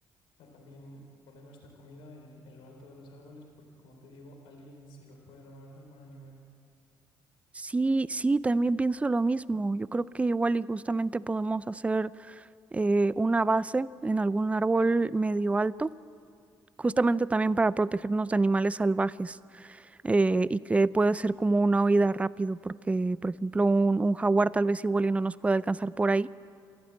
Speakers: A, on the left (about 85°); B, on the right (about 15°).
A: a también poner nuestra comida en, en lo alto de los árboles porque, como te digo, alguien se los puede robar algún animal.
B: Sí, sí, también pienso lo mismo. Yo creo que igual y justamente podemos hacer eh, una base en algún árbol medio alto justamente también para protegernos de animales salvajes eh, y que puede ser como una huida rápido, porque por ejemplo un, un jaguar tal vez igual y no nos puede alcanzar por ahí